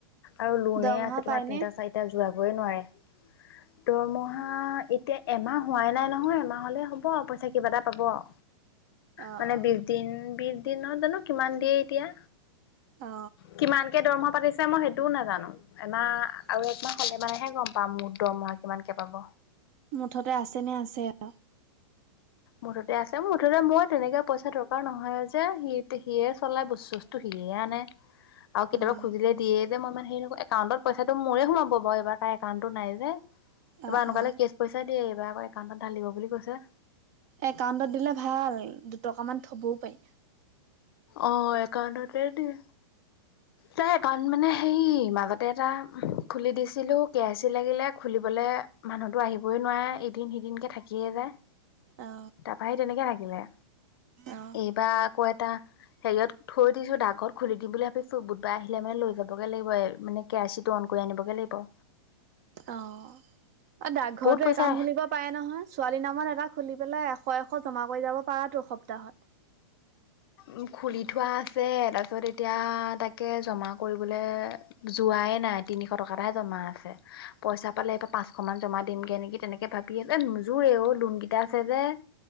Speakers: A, on the left (about 50°); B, on the right (about 35°).
A: আৰু লোনেই
B: দৰমহা
A: আছে তোমাৰ
B: পায়নে
A: তিনিটা চাৰিটা যোৱাবই নোৱাৰে। দৰমহা এতিয়া এমাহ হোৱাই নাই নহয় এমাহ হ'লে হ'ব আও পইছা কিবা এটা পাব আও।
B: অ
A: মানে
B: অ
A: বিশ দিন বিশ দিনত জানো কিমান দিয়ে এতিয়া?
B: অ
A: কিমানকে দৰমহা পাতি দিছে মই সেইটোও নাজানো, এমাহ আৰু একমাহ হলে মানেহে গম পাম মোৰ দৰমহা কিমানকে পাব।
B: মুঠতে আছে নে আছে আও।
A: মুঠতে আছে মোৰ মুঠতে মই তেনেকে পইচা দৰকাৰ নহয় যে, সি সিয়ে চলাই বস্তু বস্তু সিয়ে আনে। আও কেতিয়াবা
B: উম
A: খুজিলে দিয়ে। মই মানে একাউণ্টত পইছাটো মোৰে সোমাব বাৰু এইবাৰ তাৰ একাউন্টতো নাই যে এইবাৰ
B: অ
A: এনেকোৱালে
B: অ
A: কেচ পইছা দিয়ে এইবাৰ আকৌ একাউণ্টত ঢালিব বুলি কৈছে।
B: একাউণ্টত দিলে ভাল দুটকা মান থবও পাৰি।
A: অ একাউণ্টতে দিয়ে। তাৰ একাউণ্ট মানে সেই মাজতে এটা খুলি দিছিলো কে আই চি লাগিলে খুলিবলে মানুহতো আহিবই নোৱাৰে, এদিন সিদিনকে থাকিয়ে যায়।
B: অ
A: তাৰাপা সি তেনেকে থাকিলে
B: অ
A: এইবাৰ আকৌ এটা হেৰিয়ত থৈ দিছো ডাক ঘৰত খুলি দিম বুলি ভাবিছো বুধবাৰে আহিলে মানে লৈ যাবগে লাগিব এ মানে কে আই চিটো অন কৰি আনিব‌গে লাগিব।
B: অ এ ডাকঘৰটো
A: বহুত পইচা
B: একাউণ্ট খুলিব পাৰে নহয় ছোৱালীৰ নামত এটা খুলি পেলাই এশ এশ জমা কৰি যাব পাৰাতো সপ্তাহত।
A: উ খুলি থোৱা আছে, তাৰপিছত এতিয়া তাকে জমা কৰিবলে যোৱাই নাই তিনিশ টকা এটাহে জমা আছে। পইচা পালে এবাৰ পাঁচশ মান জমা দিমগে নেকি, তেনেকে ভাবি আছোঁ নোযোৰে অ লোন কেইটা আছে যে।